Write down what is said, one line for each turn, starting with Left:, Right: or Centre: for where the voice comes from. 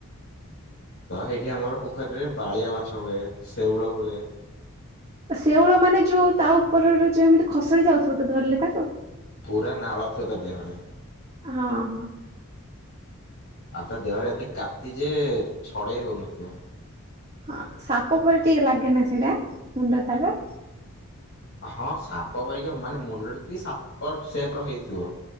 Left: ତ ହେଇଠି ଆମର ପୋଖରୀରେ ବାଳିଆ ମାଛ ହୁଏ, ସେଉଳ ହୁଏ।
Right: ସେଉଳ ମାନେ ଯୋଉ ତା ଉପରର ଯୋଉ ଏମିତି ଖସଡି ଯାଉଥିବ ତ ଧରିଲେ ତାକୁ?
Left: ପୁରା ନାଳ ଥିବ ତା ଦେହରେ।
Right: ହଁ ହଁ।
Left: ଆଉ ତା ଦେହରେ ଏତେ କାତି ଯେ ଛଡେଇ ହୋଉନଥିବ।
Right: ହଁ ସାପ ପରି ଟିକେ ଲାଗେ ନା ସେଇଡା ମୁଣ୍ଡ ତାର?
Left: ହଁ ସାପ ପରିକା ମାନେ ମୁଣ୍ଡଟା ଟିକେ ସାପ ସେପ୍ ର ହେଇଥିବ।